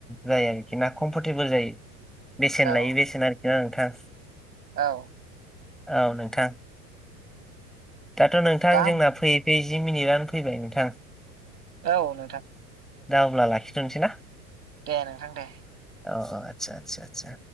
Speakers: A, in the centre; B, on the right.
A: जायो आरोखि ना कमफर्टेबोल जायो। बेसेन
B: औ
A: लायो बेसेन आरोखि ना नोंथां
B: औ
A: औ नोंथां। दाथ' नोंथां
B: दा
A: जोंना फैयै फैयै जि मिनिटआनो फैबाय नोंथां
B: औ नोंथां।
A: दा अब्ला लाखिथ'नोसै ना?
B: दे नोंथां दे।
A: औ आतसा- आतसा- आतसा।